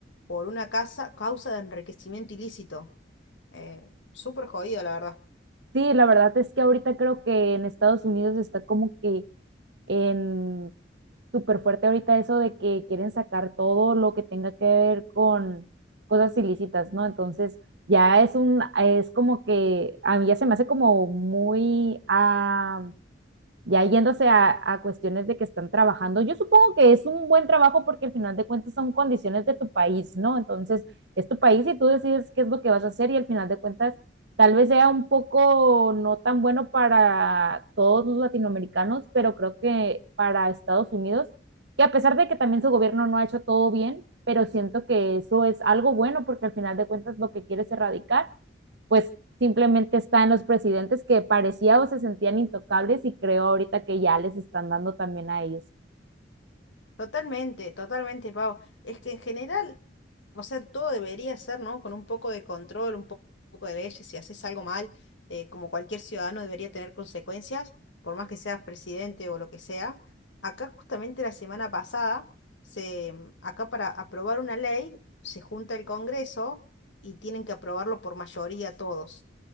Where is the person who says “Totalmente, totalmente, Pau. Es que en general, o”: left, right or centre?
Left